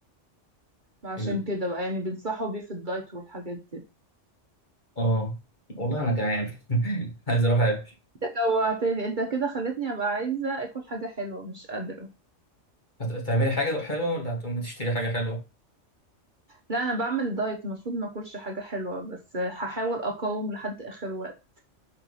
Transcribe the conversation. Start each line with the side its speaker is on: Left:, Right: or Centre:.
Right: عشان
Left: ال-
Right: كده بقى يعني بينصحوا بيه في الدايت والحاجات دي
Left: آه والله أنا جعان <laughs> عايز أروح أكل
Right: جوعتني انت كده خلتني ابقى عايزه اكل حاجه حلوه مش قادره
Left: هت- هتعملي حاجة حلوة ولا هتقومي تشتري حاجة حلوة؟
Right: لا انا بعمل دايت المفروض ما اكلش حاجه حلوه بس هحاول اقاوم لحد اخر وقت